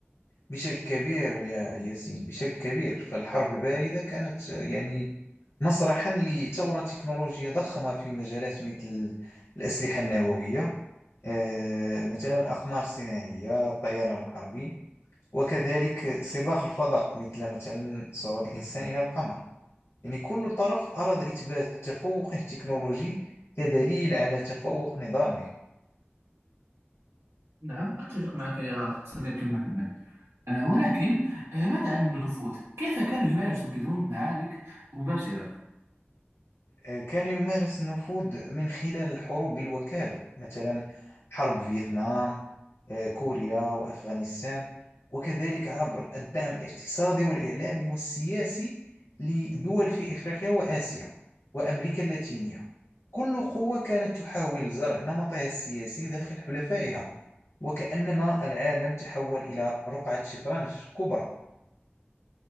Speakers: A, on the left; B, on the right.
A: بشكل كبير يا ياسين بشكل كبير فالحرب الباردة كانت آه، يعني مسرحا لثورة تكنولوجية ضخمة في مجالات مثل الأسلحة النووية آه، مثلا الأقمار الصناعية الطيران الحربي وكذلك سباق الفضاء مثل مثلا صعود الإنسان إلى القمر يعني كل طرف أراد إثبات تفوقه التكنولوجي كدليل على تفوق نظامه
B: نعم أتفق معك يا صديقي محمد أه ولكن أه ماذا عن النفوذ كيف كانوا يمارسوا بدون معارك مباشرة
A: آه، كان يمارس النفوذ من خلال الحروب بالوكالة مثلا حرب فيتنام آه، كوريا وأفغانستان وكذلك عبر الدعم الاقتصادي والإعلامي والسياسي لدول في إفريقيا وآسيا وأمريكا اللاتينية كل قوة كانت تحاول زرع نمطها السياسي داخل حلفائها وكأنما العالم تحول إلى رقعة شطرنج كبرى